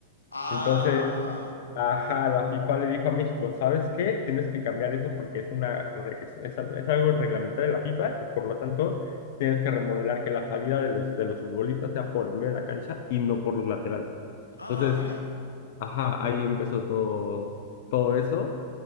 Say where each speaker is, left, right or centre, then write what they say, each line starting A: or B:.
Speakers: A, on the left; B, on the left.
A: Ah.
B: Entonces, ajá, la FIFA le dijo a México, ¿sabes qué? Tienes que cambiar eso porque es una re- es, es al- es algo reglamentario de la FIFA, pues, por lo tanto, tienes que remodelar que la salida de los, de los futbolistas sea por el medio de la cancha y no por los laterales.
A: Ah,
B: Entonces,
A: mirá.
B: ajá, ahí empezó todo, todo eso,